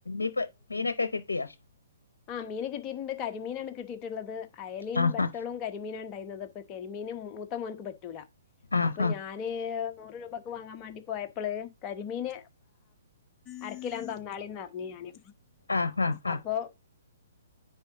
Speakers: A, on the left; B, on the left.
A: ഇപ്പ മീനൊക്കെ കിട്ടിയോ
B: ആഹ് മീൻ കിട്ടിയിട്ടുണ്ട് കരിമീനാണ് കിട്ടിയിട്ടുള്ളത് അയലിയും
A: ആഹാ
B: ബത്തളും കരി കരിമീനാണ് ഉണ്ടായിനത് കാരിമീൻ മൂത്തമോന്ക് പറ്റൂല
A: ആഹാ
B: അപ്പോ ഞാ ഞാന് നൂറ് രൂപക്ക് വാങ്ങാൻ വേണ്ടി പോയപ്പള് കരിമീന് അരകിലോ തന്നാളിന്ന്റിഞ്ഞ് ഞാന്
A: ആഹാ ഹാ
B: അപ്പൊ